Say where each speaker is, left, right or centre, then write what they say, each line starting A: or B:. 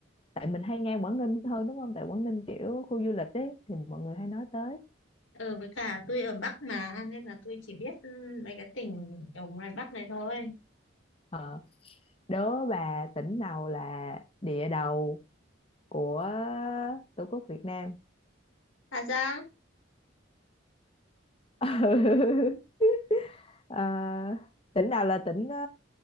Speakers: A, on the left (about 30°); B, on the left (about 85°).
A: tại mình hay nghe Quảng Ninh hơn đúng không tại Quảng Ninh kiểu khu du lịch ấy thì mọi người hay nói tới
B: Ờ, với cả tôi ở Bắc mà, nên là tôi chỉ biết ừ, mấy cái tỉnh ở ngoài Bắc này thôi.
A: ờ, đố bà tỉnh nào là địa đầu của Tổ quốc Việt Nam
B: Hà Giang,
A: <laughs> Ờ, tỉnh nào là tỉnh ờ,